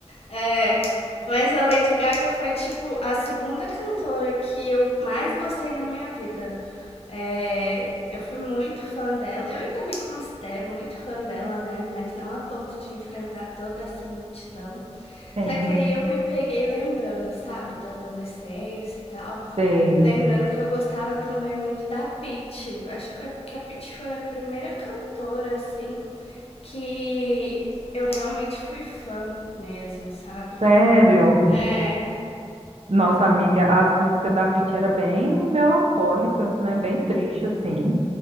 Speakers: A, on the left; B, on the right.
A: É, mas a Lady Gaga foi, tipo, a segunda cantora que eu mais gostei na minha vida. É, eu fui muito fã dela. Eu ainda me considero muito fã dela, né? Mas não a ponto de enfrentar toda essa multidão.
B: Sim,
A: Só que aí eu me peguei lembrando, sabe, da adolescência e tal.
B: sei.
A: E lembrando que eu gostava também muito da Pitty. Acho que foi porque a Pitty foi a primeira cantora, assim, que eu realmente fui fã mesmo, sabe?
B: Sério?
A: É.
B: Nossa amiga, as músicas da Pitty era bem melancólicas, né? Bem triste, assim.